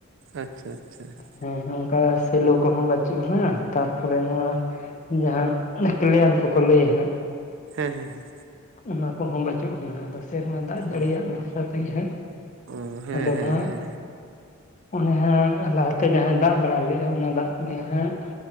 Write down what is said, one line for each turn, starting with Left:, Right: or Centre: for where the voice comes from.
Right: ᱟᱪᱪᱷᱟ ᱟᱪᱪᱷᱟ ᱾
Left: ᱦᱮᱸ ᱚᱝᱠᱟ ᱥᱮᱞᱳ ᱠᱚᱦᱚᱸ ᱵᱟᱹᱪᱩᱜ-ᱟ ᱦᱟᱸᱜ ᱛᱟᱨᱯᱚᱨᱮ ᱱᱚᱶᱟ ᱡᱟᱦᱟᱸ ᱠᱞᱮᱭᱟᱱ ᱠᱚᱠᱚ ᱞᱟᱹᱭᱟ ᱦᱟᱸᱜ
Right: ᱦᱮᱸ ᱦᱮᱸ ᱦᱮᱸ
Left: ᱚᱱᱟ ᱠᱚᱦᱚᱸ ᱵᱟᱹᱪᱩᱜ ᱟᱱᱟ ᱟᱫᱚ ᱥᱮᱨᱢᱟ ᱫᱟᱜ ᱡᱟᱹᱲᱤᱭᱟᱜ
Right: ᱚ
Left: ᱵᱷᱚᱨᱥᱟ ᱛᱮᱜᱮ ᱦᱟᱸᱜ
Right: ᱚ ᱦᱮᱸ
Left: ᱟᱫᱚ
Right: ᱦᱮᱸ
Left: ᱦᱟᱸᱜ
Right: ᱦᱮᱸ
Left: ᱚᱱᱮ ᱦᱟᱸᱜ ᱞᱟᱦᱟ ᱛᱮ ᱡᱟᱦᱟᱸ ᱫᱟᱜ ᱵᱟᱲᱟ ᱞᱮᱫ-ᱟᱭ ᱚᱱᱟ ᱫᱟᱜ ᱜᱮ ᱦᱟᱸᱜ